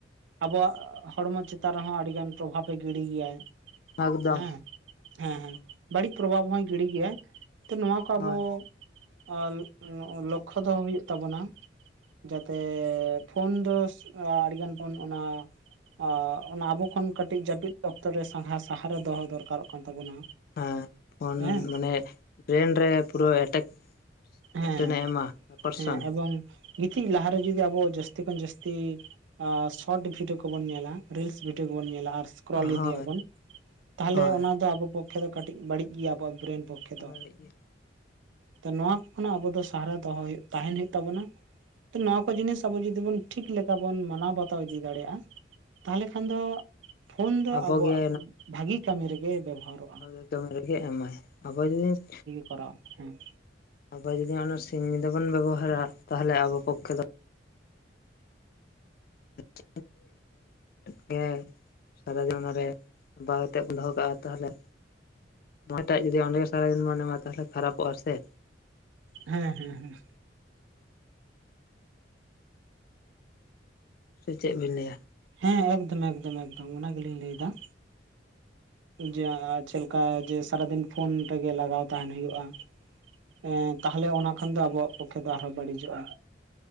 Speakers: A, on the right (about 85°); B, on the left (about 55°).
A: ᱟᱵᱚᱣᱟᱜ ᱦᱚᱲᱢᱚ ᱪᱮᱛᱟᱱ ᱨᱮᱦᱚᱸ ᱟᱰᱤ ᱜᱟᱱ ᱯᱨᱚᱵᱷᱟᱵᱽ-ᱮ ᱜᱤᱰᱤ ᱜᱮᱭᱟᱭ
B: ᱮᱠᱫᱚᱢ
A: ᱦᱮᱸ ᱦᱮᱸ ᱦᱮᱸ ᱵᱟᱹᱲᱤᱡ ᱯᱨᱚᱵᱷᱟᱵᱽ ᱦᱚᱭ ᱜᱤᱲᱤ ᱜᱮᱭᱟᱭ ᱛᱚ ᱱᱚᱣᱟ ᱠᱚ ᱟᱵᱚ
B: ᱦᱳᱭ
A: ᱟᱜ ᱞᱚᱜ-ᱚᱜ ᱞᱚᱠᱠᱷᱚ ᱫᱚᱦᱚ ᱦᱩᱭᱩᱜ ᱛᱟᱵᱚᱱᱟ ᱡᱟᱛᱮ ᱯᱷᱳᱱ ᱫᱚ ᱟᱰᱤᱜᱟᱱ ᱯᱷᱳᱱ ᱚᱱᱟ ᱟᱜ ᱚᱱᱟ ᱟᱵᱚ ᱠᱷᱚᱱ ᱠᱟᱹᱴᱤᱡ ᱡᱟᱹᱯᱤᱫ ᱚᱠᱛᱚ ᱨᱮ ᱥᱟᱦᱟ ᱥᱟᱦᱟᱨᱮ ᱫᱚᱦᱚᱭ ᱫᱚᱨᱠᱟᱨᱚᱜ ᱠᱟᱱ ᱛᱟᱵᱚᱱᱟ
B: ᱮᱦ ᱯᱷᱳᱱ
A: ᱦᱮᱸ
B: ᱢᱟᱱᱮ ᱵᱨᱮᱱ ᱨᱮ ᱯᱩᱨᱟᱹ ᱮᱴᱮᱠ - ᱢᱮᱜᱴᱮᱱᱮ
A: ᱦᱮᱸ
B: ᱮᱢᱟ ᱟᱠᱚᱨᱥᱚᱱ
A: ᱦᱮᱸ ᱮᱵᱚᱝ ᱜᱤᱛᱤᱡ ᱞᱟᱦᱟ ᱨᱮ ᱡᱚᱫᱤ ᱟᱵᱚ ᱡᱟᱹᱥᱛᱤ ᱠᱷᱚᱱ ᱡᱟᱹᱥᱛᱤ ᱟᱜ ᱥᱚᱨᱴ ᱵᱷᱤᱰᱭᱳ ᱠᱚ ᱵᱚᱱ ᱧᱮᱞᱟ ᱨᱤᱞᱥ ᱵᱷᱤᱰᱭᱳ ᱠᱚ ᱵᱚᱱ ᱧᱮᱞᱟ ᱟᱨ ᱠᱨᱚᱞ
B: ᱦᱳᱭ
A: ᱤᱫᱤᱭᱟ ᱵᱚᱱ ᱛᱟᱦᱚᱞᱮ
B: ᱦᱳᱭ
A: ᱚᱱᱟ ᱫᱚ ᱟᱵᱚ ᱯᱚᱠᱠᱷᱮ ᱫᱚ ᱠᱟᱹᱴᱤᱡ ᱵᱟᱲᱤᱡ ᱜᱮᱭᱟ ᱟᱵᱚᱣᱟᱜ ᱵᱨᱮᱱ ᱯᱚᱠᱠᱷᱮ ᱫᱚ
B: ᱵᱟᱹᱲᱤᱡ ᱜᱮ
A: ᱛᱚ ᱱᱚᱣᱟ ᱠᱚ ᱠᱷᱚᱱᱟᱜ ᱟᱵᱚ ᱫᱚ ᱥᱟᱦᱟ ᱨᱮ ᱫᱚᱦᱚ ᱛᱟᱦᱮᱱ ᱦᱩᱭᱩᱜ ᱛᱟᱵᱚᱱᱟ ᱛᱚ ᱱᱚᱣᱟ ᱠᱚ ᱡᱤᱱᱤᱥ ᱟᱵᱚ ᱡᱚᱫᱤ ᱵᱚᱱ ᱴᱷᱤᱠ ᱞᱮᱠᱟ ᱵᱚᱱ ᱢᱟᱱᱟᱣ ᱵᱟᱛᱟᱣ ᱤᱫᱤ ᱫᱟᱲᱮᱭᱟᱜᱼᱟ ᱛᱟᱦᱚᱞᱮ ᱠᱷᱟᱱ ᱫᱚ ᱯᱷᱳᱱ ᱫᱚ
B: ᱟᱵᱚᱜᱮ
A: ᱟᱵᱚᱣᱟᱜ ᱵᱷᱟᱜᱤ ᱠᱟᱢᱤ ᱨᱮ ᱜᱮ ᱵᱮᱵᱚᱦᱟᱨᱚᱜ
B: ᱵᱷᱟᱜᱮ ᱠᱟᱢᱤ ᱨᱮ ᱜᱮ ᱮᱢᱟᱭ ᱟᱵᱚ ᱡᱩᱫᱤ
A: ᱠᱚᱨᱟ ᱦᱮᱸ
B: ᱟᱵᱚ ᱡᱚᱫᱤ ᱚᱱᱟ ᱥᱤᱧ ᱧᱤᱫᱟᱹ ᱵᱚᱱ ᱵᱮᱵᱚᱦᱟᱨᱟ ᱛᱟᱦᱚᱞᱮ ᱟᱵᱚ ᱯᱚᱠᱠᱷᱮ ᱫᱚ 'ᱜ ᱜᱮ' <inaudible> ᱥᱟᱨᱟᱫᱤᱱ ᱚᱱᱟ ᱨᱮ ᱵᱟᱭ ᱠᱟᱛᱮᱫ ᱵᱚᱱ ᱫᱚ ᱦᱚ ᱠᱟᱜᱼᱟ ᱛᱟᱦᱚᱞᱮ 'ᱢᱚᱴᱟᱜ' <unintelligible> ᱡᱩᱫᱤ ᱚᱸᱰᱮ ᱜᱮ ᱥᱟᱨᱟᱫᱤᱱ ᱢᱚᱱᱮ ᱮᱢᱟ ᱛᱟᱦᱚᱞᱮ ᱠᱷᱟᱨᱟᱯᱚᱜᱼᱟ ᱥᱮ
A: ᱦᱮᱸ ᱦᱮᱸ ᱦᱮᱸ
B: ᱥᱮ ᱪᱮᱫ ᱵᱤᱱ ᱞᱟᱹᱭᱟ?
A: ᱦᱮ ᱮᱠᱫᱚᱢ ᱮᱠᱫᱚᱢ ᱮᱠᱫᱚᱢ ᱚᱱᱟ ᱜᱮᱞᱤᱧ ᱞᱟᱹᱭ ᱫᱟ
B: ᱦᱳᱭ
A: ᱡᱮ ᱪᱮᱞᱮᱠᱟ ᱡᱮ ᱥᱟᱨᱟᱫᱤᱱ ᱯᱷᱳᱱ ᱨᱮᱜᱮ ᱞᱟᱜᱟᱣ ᱛᱟᱦᱮᱱ ᱦᱩᱭᱩᱜᱼᱟ ᱮᱻ ᱛᱟᱦᱚᱞᱮ ᱚᱱᱟ ᱠᱷᱟᱱ ᱫᱚ ᱟᱵᱚᱣᱟᱜ ᱯᱚᱠᱠᱷᱮ ᱫᱚ ᱟᱨᱦᱚᱸ ᱵᱟᱲᱤᱡᱚᱜᱼᱟ